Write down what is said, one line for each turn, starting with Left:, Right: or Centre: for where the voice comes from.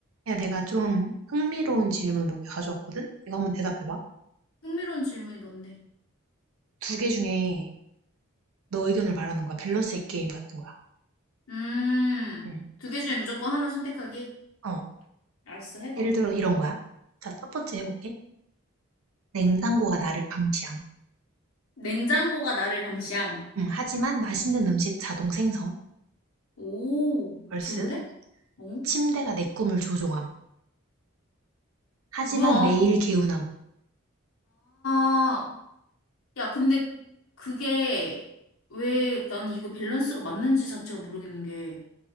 Right: 야, 내가 좀 흥미로운 질문 몇 개 가져왔거든? 이거 한번 대답해봐.
Left: 흥미로운 질문이 뭔데?
Right: 두 개 중에 너 의견을 말하는 거야. 밸런스의 게임 같은 거야.
Left: 음,
Right: 응.
Left: 두 개 중에 무조건 하나 선택하기?
Right: 어.
Left: 알았어, 해봐.
Right: 예를 들어 이런 거야. 자, 첫 번째 해볼게. 냉장고가 나를 감시함.
Left: 냉장고가 나를 감시함.
Right: 응, 하지만 맛있는 음식 자동 생성.
Left: 오,
Right: 벌스.
Left: 좋은데? 어?
Right: 침대가 내 꿈을 조종함. 하지만
Left: 뭐야?
Right: 매일 개운함.
Left: 아, 야, 근데 그게 왜 난 이거 밸런스가 맞는지 자체가 모르겠는 게,